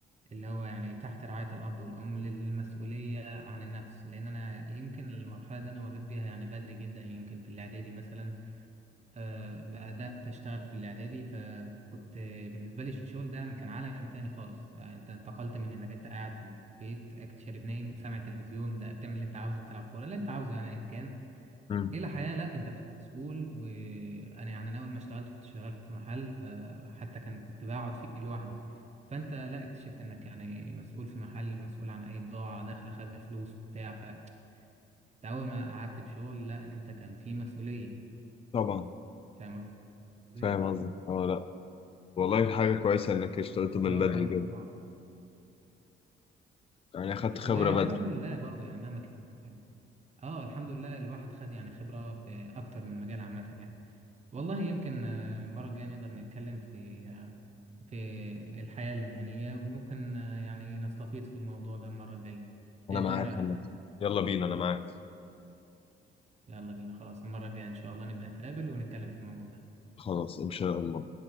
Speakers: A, on the right; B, on the left.
A: اللي هو يعني تحت رعايه الاب والام للمسؤوليه عن النفس لان انا يمكن المرحله دي انا مريت بيها يعني بدري جدا يمكن في الاعدادي مثلا آه، بدأت أشتغل في الإعدادي فكنت آه، بالنسبة لي الشغل ده يعني كان عالم تاني خالص آه، أنت انتقلت من إنك أنت قاعد في البيت أكل شارب نايم سامع التلفزيون ده بتعمل اللي أنت عاوزه بتلعب كورة اللي أنت عاوزه يعني أيا كان
B: مم.
A: إلى حياة لأ أنت بقيت مسؤول وأنا يعني أنا أول ما اشتغلت كنت شغال في محل فحتى كان كنت بقعد فيه لوحدي فأنت لأ اكتشفت إنك يعني مسؤول في محل مسؤول عن أي بضاعة داخلة خارجة فلوس بتاع فأنت أول ما قعدت في شغل لأ أنت كان في مسؤولية
B: طبعا
A: فاهم قصدي؟
B: فاهم قصدك اه لا والله
A: ف-
B: حاجة كويسة إنك اشتغلت من
A: اه
B: بدري
A: فالموضوع
B: جدا يعني أخدت خبرة
A: والحمد
B: بدري
A: لله برضه يعني مهما كان يعني اه الحمد لله الواحد خد يعني خبرة في أكتر من مجال عامة يعني والله يمكن آه، المرة الجاية نقدر نتكلم في آه، في الحياة المهنية وممكن آه، يعني نستفيض في الموضوع ده المرة الجاية
B: أنا
A: أنت
B: معاك
A: إيه رأيك؟
B: عامة يلا بينا أنا معاك
A: يلا بينا خلاص المرة الجاية إن شاء الله نبقى نتقابل ونتكلم في الموضوع ده
B: خلاص إن شاء الله